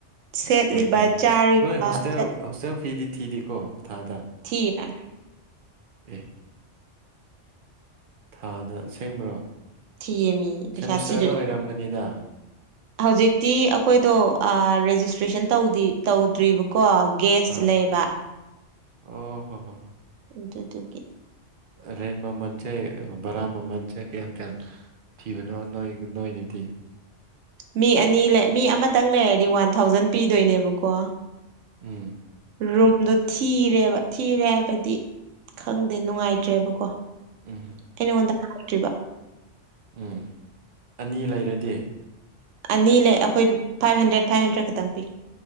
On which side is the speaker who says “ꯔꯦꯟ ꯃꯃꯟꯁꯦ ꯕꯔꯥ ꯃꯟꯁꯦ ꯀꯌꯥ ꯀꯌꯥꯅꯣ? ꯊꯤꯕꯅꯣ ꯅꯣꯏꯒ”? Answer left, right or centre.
Right